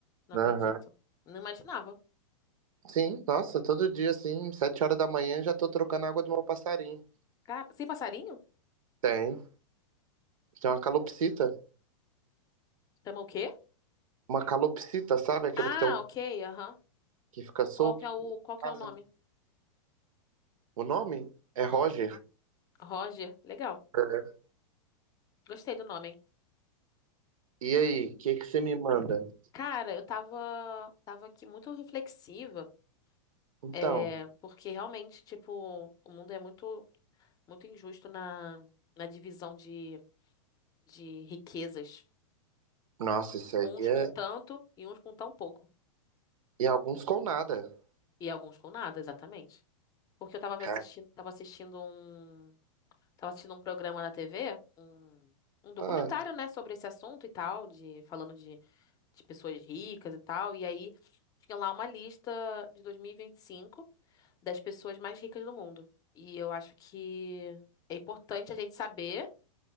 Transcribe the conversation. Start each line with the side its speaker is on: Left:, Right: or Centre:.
Left: Não
Right: Aham.
Left: acredito. Não imaginava.
Right: Sim, nossa, todo dia, assim, sete horas da manhã, já tô trocando a água do meu passarinho.
Left: Cara, sem passarinho?
Right: Tem. Tem uma calopsita.
Left: Chama o quê?
Right: Uma calopsita, sabe? Aquele
Left: Ah,
Right: que tem um...
Left: ok, aham.
Right: que fica solto.
Left: Qual que é o, qual que
Right: Casa.
Left: é o nome?
Right: O nome é Roger.
Left: Uhum. Roger. Legal.
Right: É.
Left: Gostei do nome, hein?
Right: E aí, o que que você me manda?
Left: Cara, eu tava, tava aqui muito reflexiva.
Right: Então,
Left: É, porque realmente, tipo, o mundo é muito, muito injusto na, na divisão de, de riquezas.
Right: nossa, isso aí
Left: Uns
Right: é.
Left: com tanto e uns com tão pouco.
Right: E alguns com nada.
Left: E alguns com nada, exatamente. Porque eu tava
Right: Cara,
Left: assistindo, tava assistindo um, tava assistindo um programa na TV, um, um documentário,
Right: Ah,
Left: né, sobre esse assunto e tal, de falando de, de pessoas ricas e tal. E aí tinha lá uma lista de dois mil e e vinte e cinco das pessoas mais ricas do mundo. E eu acho que é importante a gente saber